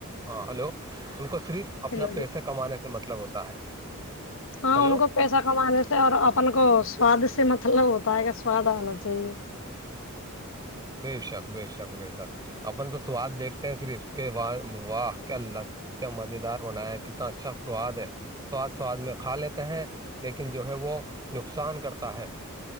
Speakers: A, on the right; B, on the left.
A: ہاں ہلو ان کو صرف
B: ہیلو
A: اپنا پیسے
B: جی
A: کمانے سے مطلب ہوتا ہے
B: ہاں
A: ہلو
B: ان کو پیسہ کمانے سے اور اپن کو سواد سے مطلب ہوتا ہے کہ سواد آنا چاہیے
A: بے شک بے شک بے شک اپن تو سواد دیکھتے ہیں صرف کہ واہ واہ کیا اللہ کیا مزے دار بنایا کتنا اچھا سواد ہے سواد سواد میں کھا لیتے ہیں لیکن جو ہے وہ نقصان کرتا ہے